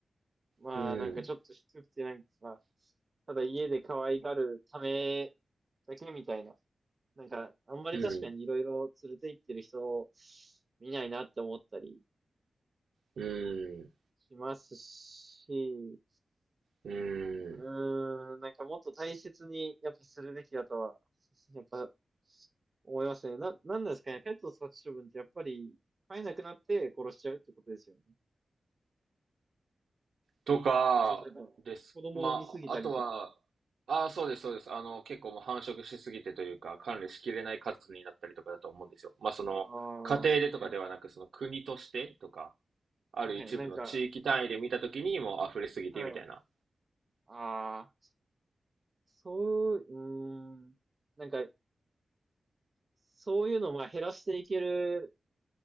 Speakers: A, on the right; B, on the right.
A: まあなんかちょっと低くてなんか、
B: うん、
A: ただ家で可愛がるためだけみたいな。なんか、あんまり確かにいろいろ連れて行ってる人を
B: うん。
A: 見ないなって思ったり
B: うーん、
A: しますし、
B: うん。
A: うーん、なんかもっと大切にやっぱするべきだとは、やっぱ思いますね。な、なんなんですかね。ペット殺処分ってやっぱり飼えなくなって殺しちゃうってことですよね。
B: とか、
A: まあ例えば、
B: です。
A: 子供を産みすぎたりとか。
B: まあ、あとは、ああ、そうです、そうです。あの、結構もう繁殖しすぎてというか、管理しきれない数になったりとかだと思うんですよ。まあ、その、
A: あ
B: 家庭でとかではなく、
A: あ、はい。
B: その国としてとか、ある一部の地域単位で見たときにもう溢れすぎてみたいな。
A: はい。なんか、はい。ああ、そう、うーん。なんか、そういうのをまあ減らしていける、